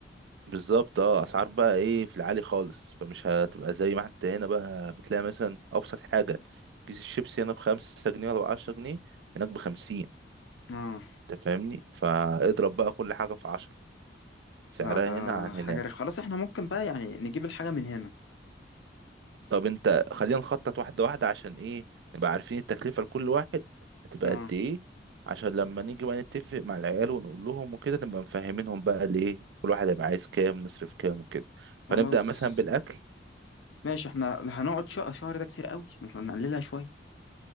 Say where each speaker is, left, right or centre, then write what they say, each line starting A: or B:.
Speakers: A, on the right; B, on the left.
A: بالظبط اه اسعار بقى ايه في العالي خالص فمش هتبقى زي ما انت هنا بقى بتلاقي مثلا ابسط حاجه كيس الشيبسي هنا بخمسة جنيه ولا بعشرة جنيه هناك بخمسين
B: اه
A: انت فاهمني فاضرب بقى كل حاجه في عشرة سعرها
B: لا ده
A: هنا عن
B: حاجة
A: هناك
B: رخ خلاص احنا ممكن بقى يعني نجيب الحاجة من هنا
A: طب انت خلينا نخطط واحدة واحدة عشان ايه نبقى عارفين التكلفة لكل واحد هتبقى
B: اه
A: قد ايه عشان لما نيجي بقى نتفق مع العيال ونقول لهم وكده نبقى مفهمينهم بقى الايه كل واحد هيبقى عايز كام نصرف كام وكده
B: خلاص
A: فنبدأ مثلا بالأكل
B: ماشي احنا هنقعد شهر شهر ده كتير قوي احنا نقللها شوية